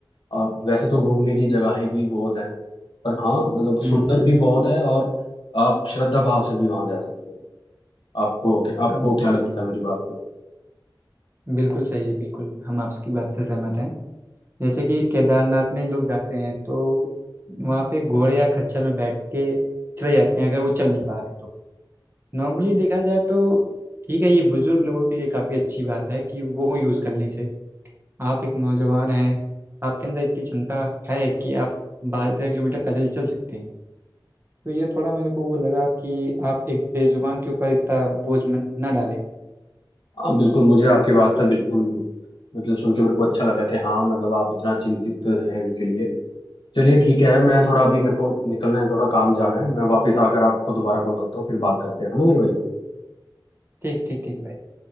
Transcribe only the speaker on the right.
हम्म
अब
बिल्कुल सही है बिल्कुल हम आपकी बात से सहमत हैं जैसे कि केदारनाथ में लोग जाते हैं तो वहाँ पे घोड़े या खच्चर में बैठ के चले जाते हैं अगर वो चल नहीं पा रहे हैं तो नॉर्मली देखा जाए तो ठीक है ये बुजुर्ग लोगों के लिए काफ़ी अच्छी बात है कि वो यूज़ करने से आप एक नौजवान हैं आपके अंदर इतनी क्षमता है कि आप बारह तेरह किलोमीटर पैदल चल सकते हैं तो ये थोड़ा मेरे को वो लगा कि आप एक बेजुबान के ऊपर इतना बोझ मत- ना डालें
ठीक ठीक ठीक भाई